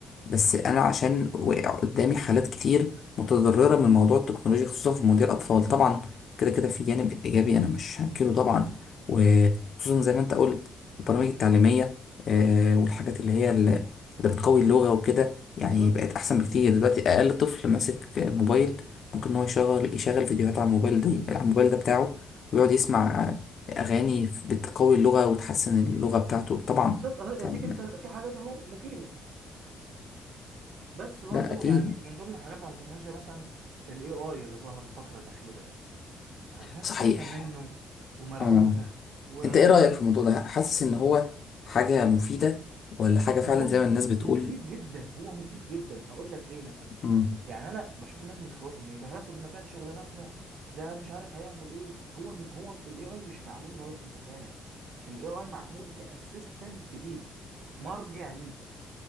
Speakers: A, on the left; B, on the right.
A: بس انا عشان وقع قدامي حالات كتير متضرره من موضوع التكنولوجيا خصوصا في مواضيع الاطفال طبعا كده كده في جانب ايجابي انا مش هنكره طبعا وخصوصا زي ما انت قلت البرامج التعليميه آه، والحاجات اللي هي اللي اللي بتقوي اللغه وكده
B: بالظبط
A: يعني بقت احسن بكتير دلوقتي اقل طفل ماسك موبايل ممكن ان هو يشغل يشغل فيديوهات على الموبايل ده على الموبايل ده بتاعه ويقعد يسمع أغاني بتقوي اللغة وتحسن اللغة بتاعته طبعا
B: بالظبط أه،
A: فاهم؟
B: اديك انت في حاجات اهو مفيده بس برضه
A: لا أكيد
B: يعني من ضمن الحاجات بتاعت التكنولوجيا مثلا ال AI اللي ظهر الفترة الأخيرة ده ده الناس
A: صحيح
B: خايفة منه ومرعوبة
A: آه.
B: وده
A: أنت إيه رأيك
B: هي-
A: في الموضوع ده؟ حاسس إن هو حاجة مفيدة ولا حاجة فعلا
B: هو
A: زي
B: م-
A: ما الناس بتقول؟
B: مفيد جدا هو مفيد جدا هقول لك ليه مثلا
A: مم.
B: يعني أنا بشوف الناس متخوفة من إيه ده هياخد مكان شغلانتنا ده مش عارف هيعمل إيه هو هو ال AI مش معمول إن هو ياخد مكانك ال AI معمول كأسيستنت ليك مرجع ليك